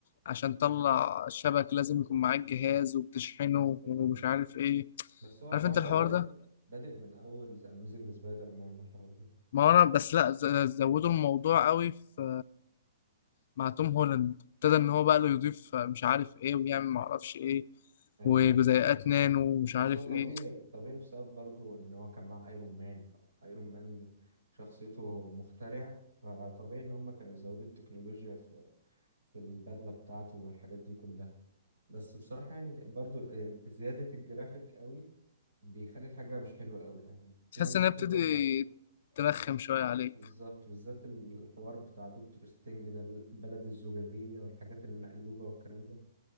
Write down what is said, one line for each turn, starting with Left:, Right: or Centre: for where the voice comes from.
Left: عشان تطلع الشبك لازم يكون معاك جهاز وبتشحنه
Right: أيوة
Left: ومش عارف إيه
Right: بس هو الحوار
Left: عارف أنت
Right: ده
Left: الحوار
Right: بادئ
Left: ده
Right: بادئ من اول ذا اميزنج سبايدر مان الحوار ده
Left: ما هو أنا بس لأ ز- زودوا الموضوع أوي في مع توم هولاند ابتدى إن هو بقى له يضيف مش عارف إيه ويعمل معرفش إيه
Right: ايوه
Left: وجزيئات نانو ومش
Right: بس
Left: عارف
Right: هو طبيعي
Left: إيه
Right: طبيعي بسبب برضو ان هو كان مع ايرون مان ايرون مان شخصيته مخترع فطبيعي ان هم كانوا يزودوا التكنولوجيا في في البدلة بتاعته والحاجات دي كلها بس بصراحة يعني برضو آه، زيادة الجرافيك قوي بيخلي الحاجة مش حلوة قوي يعني في
Left: تحس
Right: ناس بتحب
Left: إن هي بتبتدي
Right: الجرافيك
Left: ترخم
Right: بز-
Left: شوية عليك
Right: بالظبط بالذات الحوار بتاع دكتور ستينج ده البلد الزجاجية والحاجات المقلوبة والكلام ده